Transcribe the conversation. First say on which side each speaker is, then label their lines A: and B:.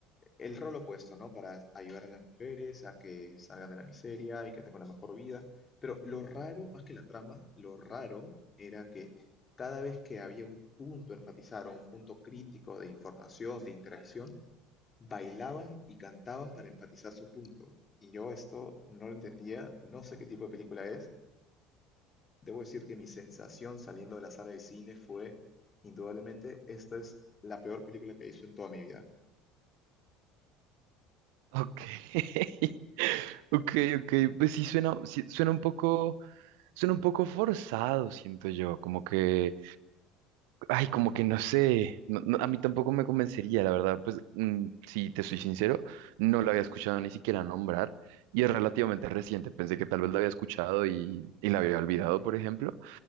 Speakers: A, on the left; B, on the right.
A: el rol opuesto, ¿no? Para ayudar a las mujeres a que salgan de la miseria y que tengan una mejor vida. Pero lo raro, más que la trama, lo raro era que cada vez que había un punto a enfatizar o un punto crítico de información, de interacción, Bailaban y cantaban para enfatizar su punto. Y yo esto no lo entendía, no sé qué tipo de película es. Debo decir que mi sensación saliendo de la sala de cine fue, indudablemente, esta es la peor película que he visto en toda mi vida.
B: Ok. <laughs> Ok, ok, pues sí suena, sí suena un poco, suena un poco forzado, siento yo, como que, ay, como que no sé, no- no, a mí tampoco me convencería, la verdad, pues mm, si te soy sincero, no lo había escuchado ni siquiera nombrar y es relativamente reciente, pensé que tal vez lo había escuchado y, y la había olvidado, por ejemplo,